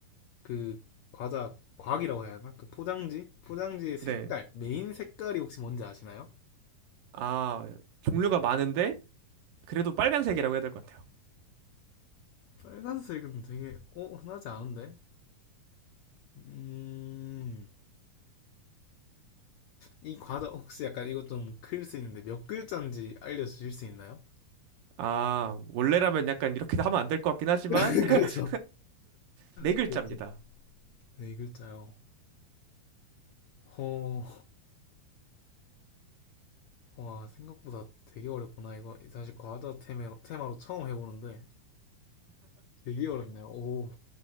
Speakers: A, on the left; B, on the right.
A: 그 과자 과학이라고 해야 하나? 그 포장지? 포장지의 색깔,
B: 네.
A: 메인 색깔이 혹시 뭔지 아시나요?
B: 아, 종류가 많은데 그래도 빨간색이라고 해야 될 것 같아요.
A: 빨간색은 되게 어, 흔하지 않은데? 음, 이 과자 혹시 약간 이것 좀 클 수 있는데 몇 글자인지 알려주실 수 있나요?
B: 아, 원래라면 약간 이렇게 하면 안 될 것 같긴 하지만
A: <laughs>
B: <laughs>
A: 그렇죠.
B: 네 글자입니다.
A: 그렇죠. 네 글자요. 허, 와, 생각보다 되게 어렵구나, 이거. 사실 과자 테마로, 테마로 처음 해보는데 되게 어렵네요. 오,